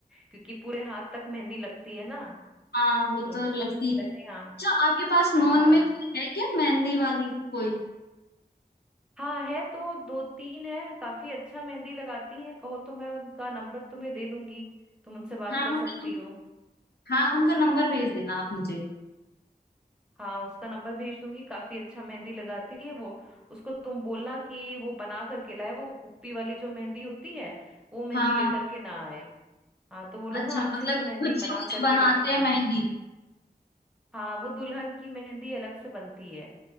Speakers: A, in the centre; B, on the left.
A: क्योंकि पूरे हाथ तक मेहंदी लगती है ना
B: हाँ वो तो
A: तो
B: लगती
A: वैसे
B: है अच्छा
A: हाँ
B: आपके पास नॉन
A: हाँ
B: में कोई है क्या मेहंदी वाली कोई
A: हाँ है तो दो तीन है काफी अच्छा मेहंदी लगाती है कहो तो मैं उनका नंबर तुम्हें दे दूंगी तुम उनसे बात
B: हाँ
A: कर
B: उनका
A: सकती
B: नम,
A: हो
B: हाँ उनका नंबर भेज देना आप मुझे
A: हाँ उसका नंबर भेज दूंगी काफी अच्छा मेहंदी लगाती है वो उसको तुम बोलना कि वो बना करके लाए वो कुप्पी वाली जो मेहंदी होती है वो मेहंदी
B: हाँ हाँ
A: लेकर के ना आए हाँ तो वो लोग
B: अच्छा
A: ना अच्छे
B: मतलब
A: से मेहंदी
B: कि खुद से
A: बना
B: वो जो
A: करके
B: बनाते
A: लाते
B: हैं
A: हैं
B: महंगी
A: हाँ वो दुल्हन की मेहंदी अलग से बनती है